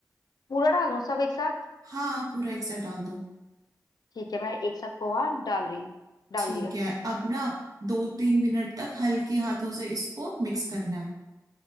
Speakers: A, on the left (about 75°); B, on the right (about 60°).
A: पूरा डालूं सब एक साथ
B: हाँ पूरा एक साथ डाल दो
A: ठीक है मैं एक साथ पोहा डाल रही हूँ डाल
B: ठीक
A: दिया
B: है अब ना दो तीन मिनट तक हल्के हाथों से इसको मिक्स करना है